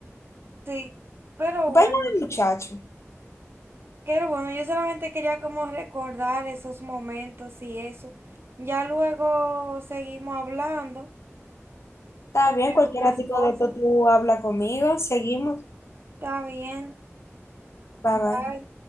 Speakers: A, on the right; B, on the left.
A: Sí, pero
B: Vaya
A: bueno.
B: muchacho.
A: Qué bueno, yo solamente quería como recordar esos momentos y eso. Ya luego seguimos hablando
B: Está
A: sobre
B: bien, cualquier
A: otras
B: ratico
A: cosas.
B: de esto tú habla conmigo. Seguimos.
A: Está bien,
B: Bye bye.
A: bye.